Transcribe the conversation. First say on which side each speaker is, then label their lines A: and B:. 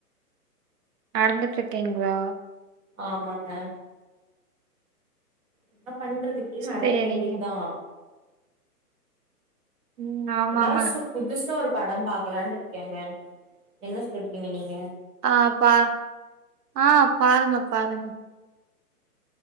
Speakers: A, on the right; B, on the right.
A: நடந்துட்டுருக்கிங்களா
B: ஆமாங்க என்ன பண்றது இப்டியே
A: சேரிங்க.
B: நடக்க வேண்டிதா
A: ம் ஆமாங்க.
B: ஏதாவது சு புதுசா ஒரு படம் பாக்கலான்னுட்டுருக்கேங்க என்ன சொல்றீங்க நீங்க
A: ஆ பா ஆ பாருங்க பாருங்க